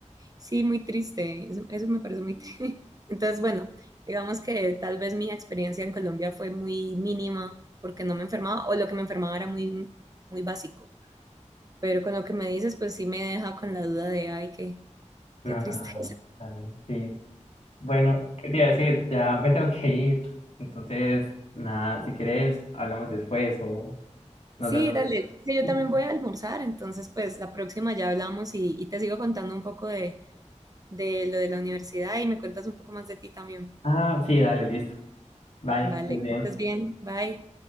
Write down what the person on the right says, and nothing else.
Sí, muy triste, eso, eso me parece muy triste. <laughs> Entonces, bueno, digamos que tal vez mi experiencia en Colombia fue muy mínima porque no me enfermaba o lo que me enfermaba era muy, muy básico. Pero con lo que me dices, pues sí me deja con la duda de, ay, qué,
qué tristeza.
Sí,
dale.
Sí, yo
también voy a almorzar, entonces pues la próxima ya hablamos y, y te sigo contando un poco de, de lo de la universidad y me cuentas un poco más de ti también.
Vale,
que estés bien. Bye.